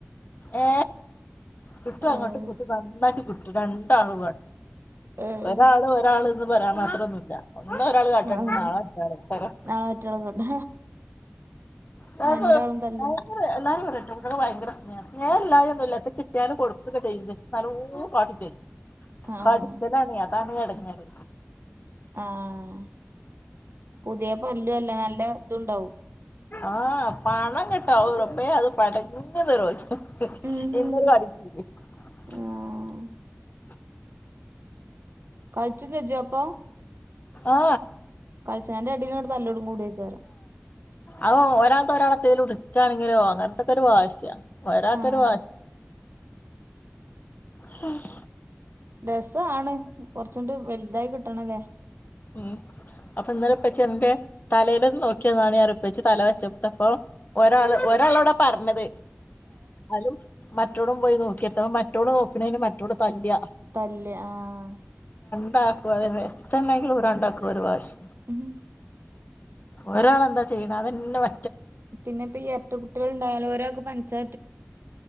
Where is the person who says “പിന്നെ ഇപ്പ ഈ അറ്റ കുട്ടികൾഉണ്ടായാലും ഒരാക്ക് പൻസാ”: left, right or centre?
Right